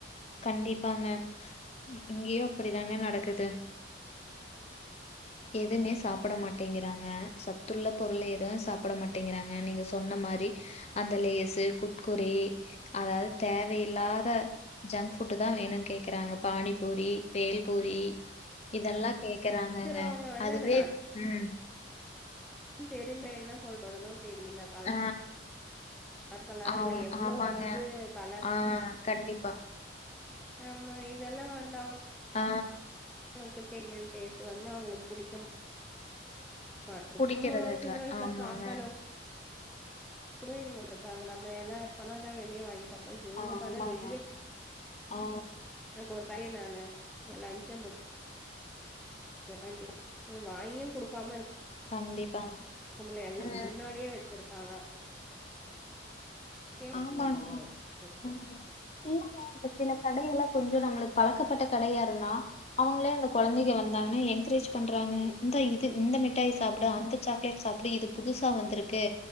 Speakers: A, on the left (about 35°); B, in the centre.
A: கண்டிப்பாங்க இங்கயு அப்டிதான நடக்குது எதுமே சாப்புட மாட்டேங்கிறாங்க சத்துள்ள பொருள் எது சாப்பிட மாட் டேங்கிறாங்க நீங்க சொன்ன மாரி அந்த லேஸூ குர் குரே அதாவது தேவயில்லாத ஜங்க் ஃபுட்தா வேணுன் கேக்கறாங்க பானிபூ பூரி பேல் பூரி இதெல்லா கேக்குறாங்கங்க
B: கேக்குறவங்க வந்து
A: அதுவே
B: அது
A: ம்
B: ம் தெரி்ல என்ன சொல்றதுன்னு தெரில கலா
A: ஆ
B: கலர் கலரா
A: ஆமா
B: இல்லா எவ்ளோ
A: ஆமாங்க
B: வந்து கலர்
A: ஆ கண்டிப்பா
B: ஆமா இதெல்லா வந்து அவ்ங்க
A: ஆ
B: அவங்கள்க்கு டேமல் டேஸ்ட் வந்து அவங்களுக்கு புடிக்குன பாட்ருக்காங்கோ
A: புடிக்கிறது இல்ல
B: சின்ன வயசுலா
A: ஆமாங்க
B: சாப்பிட்டளவுக் கூட இவங்க இருக்காங்க நம எல்லா எப்பனாதா வெளிய வாங்கி சாப் பா இவ்ங்க
A: ஆ
B: அப்பாதா
A: ஆமாங்க
B: வெளிய
A: ஆ
B: எனக்கு ஒரு பைய நானு லஞ்ச்சே முடிச்சி செர் ஆன்ட்டி உ வாங்கியு குடுக்காம இருக்
A: கண்டிப்பாங்க
B: ஸ்கூல்ல எல்ல
A: ம்
B: முன்னாடியே வெச்சிருக்காங்க வெக்கணும்
A: ஆமாங்க
B: போலரெ இருக்கு
A: ம். இல்லங்க இப்ப சில கடையெல்லா கொஞ்சொ நம்மளுக்கு பழக்கப்பட்ட கடையாருந்தா அவங்களே அந்த கொழந்தைங்க வந்தாங்கனா என்கரேஜ் பண்றாங்க
B: ம்
A: இந்த இது இந்த மிட்டாய் சாப்டு அந்த சாக்லேட் சாப்டு இது புதுசா வந்திருக்கு